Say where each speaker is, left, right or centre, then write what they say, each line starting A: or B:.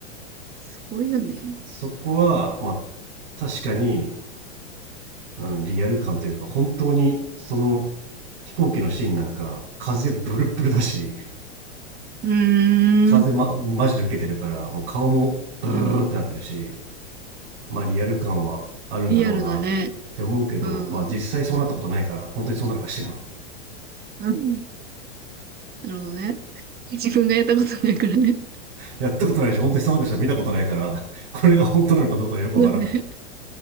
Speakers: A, on the right; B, on the right.
A: すごいよね。
B: そこはまあ確かにあのリアル感というか本当にその飛行機のシーンなんか風ブルッブルだし
A: うーん、
B: 風、ま、マジで受けてるからもう顔もブルルルルってなってるし
A: うん。
B: まあリアル感はあるんだろうなっ
A: リアルだね。
B: て思うけどまあ実際そうなったことないから本当にそうなのか知らん
A: うん、うん、うん。なるほどね。自分がやったことないからね。<laughs>
B: やったことないし本当にそうなった人は見たことないからこれが本当なのかどうかよくわからん
A: そうだね。